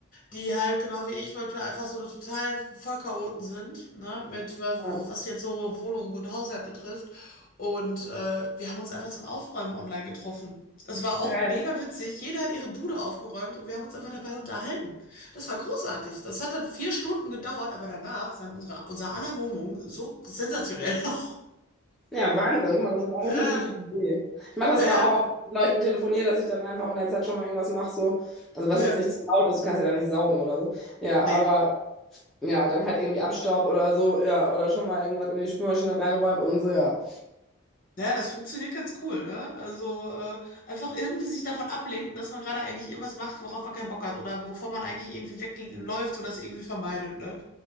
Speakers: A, on the left; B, in the centre.
A: die halt genau wie ich wollte, einfach so total Vollchaoten sind, ne, mit wa-
B: Ja.
A: was jetzt so Wohnung und Haushalt betrifft. Und äh, wir haben uns einfach zum Aufräumen online getroffen. Das war auch
B: Geil.
A: mega witzig. Jeder hat ihre Bude aufgeräumt und wir haben uns einfach dabei unterhalten. Das war großartig. Das hat dann vier Stunden gedauert, aber danach sah unsere, unser aller Wohnung so sensationell <laughs>
B: Ja, Wahnsinn. Guck mal, das ist eigentlich
A: Ja,
B: eine gute Idee. Ich mache das
A: ja,
B: aber
A: ja,
B: auch, oft mit Leuten telefoniere, dass ich dann einfach in der Zeit schon mal irgendwas mache, so. Also was
A: ja,
B: jetzt nicht zu laut ist, du kannst ja da nicht saugen oder so. Ja,
A: nee.
B: aber ja, dann halt irgendwie Abstaub oder so, ja, oder schon mal irgendwas in die Spülmaschine reinräumt und so, ja.
A: Naja, das funktioniert ganz cool, ne? Also äh, einfach irgendwie sich davon ablenken, dass man gerade eigentlich irgendwas macht, worauf man keinen Bock hat oder wovon man eigentlich irgendwie wegläuft oder es irgendwie vermeidet, ne?